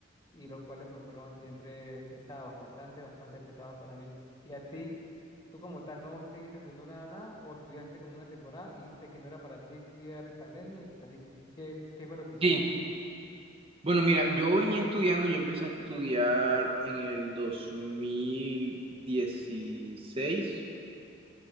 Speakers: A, on the left; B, on the right.
A: y los cuales pues fueron siempre pesados, bastante, bastante pesados para mí. Y a ti, tú como tal, ¿no seguiste estudiando nada, nada o estudiaste como una temporada y viste que no era para ti estudiar en pandemia y te saliste? ¿Qué, qué fue lo que hiciste?
B: Sí, Bueno, mira, yo venía estudiando, yo empecé a estudiar en el 2016.